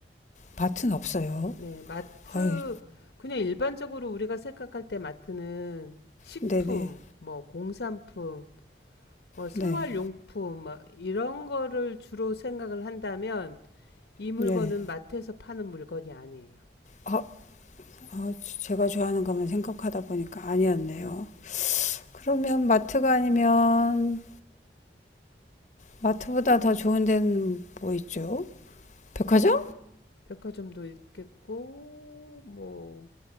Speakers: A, on the left; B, on the left.
A: 마트는 없어요.
B: 네, 마트,
A: 아유,
B: 그냥 일반적으로 우리가 생각할 때 마트는 식품,
A: 네네,
B: 뭐 공산품, 뭐 생활용품,
A: 네,
B: 뭐 이런 거를 주로 생각을 한다면 이 물건은
A: 네.
B: 마트에서 파는 물건이 아니에요.
A: 아, 아, 제가 좋아하는 것만 생각하다 보니까 아니었네요. 그러면 마트가 아니면 마트보다 더 좋은 데는 뭐 있죠? 백화점?
B: 백화점도 있겠고, 뭐,